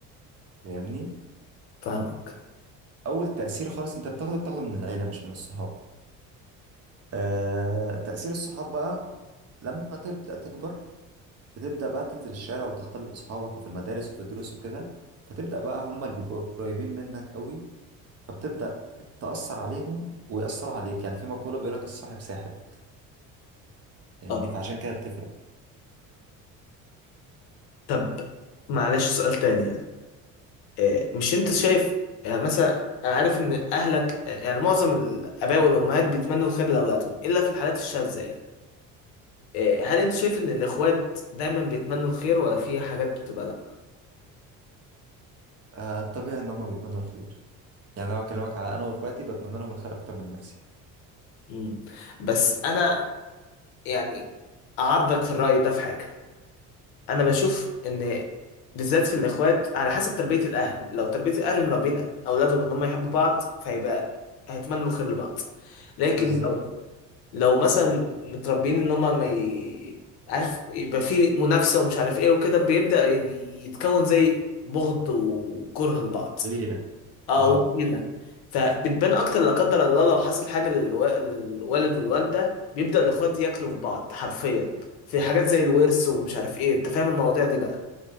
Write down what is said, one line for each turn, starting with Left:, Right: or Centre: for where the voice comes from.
Right: فاهمني
Left: فاهمك
Right: أول تأثير خالص أنت بتاخده بتاخده من العيلة مش من الصحاب آه تأثير الصحاب بقى لما تبدأ تكبر بتبدأ بقى تنزل الشارع وتختلط بصحابك وفي المدارس وفي الدروس وكده فتبدأ بقى هما اللي بيبقوا قريبين منك قوي فبتبدأ تأثر عليهم ويأثروا عليك يعني في مقولة بيقول لك الصاحب ساحب فاهمني
Left: أه
Right: فعشان كده بتفرق
Left: طب معلش سؤال تاني يعني إيه مش أنت شايف يعني مثلا أنا عارف إن أهلك آه، يعني معظم الآباء والأمهات بيتمنوا الخير لأولادهم إلا في الحالات الشاذة يعني إيه هل أنت شايف إن الإخوات دايما بيتمنوا الخير ولا في حاجات بتبقى لأ؟
Right: آه الطبيعي ان هم بيتمنوا الخير يعني لو اكلمك على انا واخواتي بتمنى لهم الخير اكتر من نفسي
Left: امم بس أنا يعني أعارضك في الرأي ده في حاجة أنا بشوف إن بالذات في الإخوات على حسب تربية الأهل لو تربية الأهل مربين أولادهم إن هم يحبوا بعض فهيبقى هيتمنوا الخير لبعض لكن
Right: بالظبط
Left: لو لو مثلا متربيين إن هم ما ي... عارف يبقى في منافسة ومش عارف إيه وكده بيبدأ يتكون زي بغض وكره لبعض
Right: غيرة
Left: اه
Right: اه
Left: وكبيره فبتبان اكتر لا قدر الله لو حصل حاجه للوا- للوالد والوالده بيبدا الاخوات ياكلوا في بعض حرفيا في حاجات زي الورث ومش عارف ايه انت فاهم المواضيع دي بقى